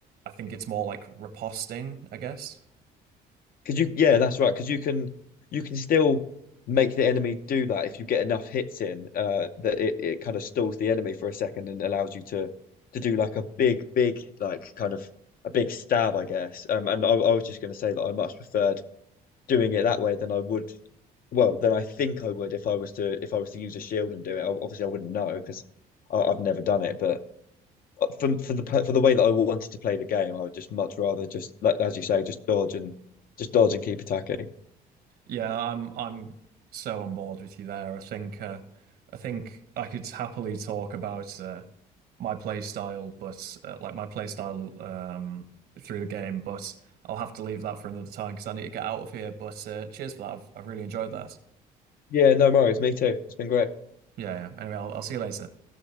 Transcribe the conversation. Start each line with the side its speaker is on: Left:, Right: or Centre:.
Right: I think it's more like riposting, I guess.
Left: Because you, yeah, that's right. Because you can, you can still make the enemy do that if you get enough hits in. Uh, that it, it kind of stalls the enemy for a second and allows you to to do like a big, big, like kind of a big stab, I guess. Um, and I, I was just going to say that I much preferred doing it that way than I would. Well, than I think I would if I was to if I was to use a shield and do it. Ob- Obviously, I wouldn't know because I've never done it, but. for for the for the way that I wanted to play the game, I would just much rather just like as you say, just dodge and just dodge and keep attacking.
Right: Yeah, I'm I'm so on board with you there. I think uh, I think I could happily talk about uh, my play style, but uh, like my play style um, through the game, but I'll have to leave that for another time because I need to get out of here. But uh, cheers for that. I've I've really enjoyed that.
Left: Yeah, no worries. Me too. It's been great.
Right: Yeah, yeah. Anyway, I'll I'll see you later.